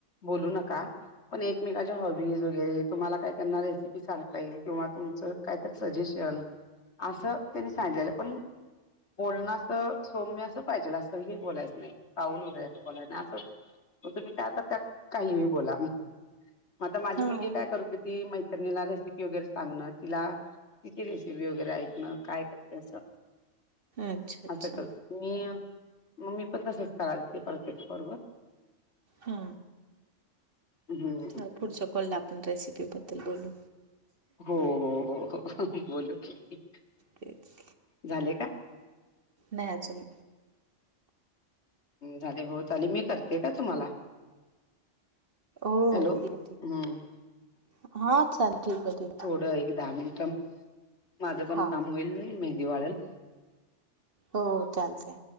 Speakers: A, on the left (about 65°); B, on the right (about 50°).
A: बोलू नका पण एकमेकाच्या हॉबीज वगैरे तुम्हाला काय त्यांना रेसिपी सांगता येईल किंवा तुमचं काहीतर सजेशन असं त्यांनी सांजलेलं पण बोलण असं सौम्य असं पाहिजेल असं हे बोलायचं नाही काऊन वगैरे असं बोलाय नाय असं मग तुम्ही त्यात आता त्या काही बी बोला म आता माझी
B: हा
A: मुलगी काय करत होती मै त्रिणीला रेसिपी वगैरे सांगणार तिला तिची रेसिपी वगैरे ऐकणार काय करते असं
B: अच्छा अच्छा
A: असं करते मी मग मी पण तसंच करालते प्रत्येक कॉल वर.
B: हा
A: हम्म हम्म हम्म.
B: हा पुढच्या कॉलला आपण रेसिपीबद्दल बोलू.
A: हो हो हो हो बोलू की
B: तेच
A: झाले का?
B: नाय अजून
A: झाले होत आले मी करते का तुम्हाला?
B: हो
A: हॅलो
B: ठीक आहे
A: हम्म.
B: ठीक हा चालेल ठीक आहे ठीक
A: थोडं
B: आहे
A: एक दहा मिनटं म माझं पण
B: हा
A: काम होईल नाही मेहंदी वाळल.
B: हो चालतय.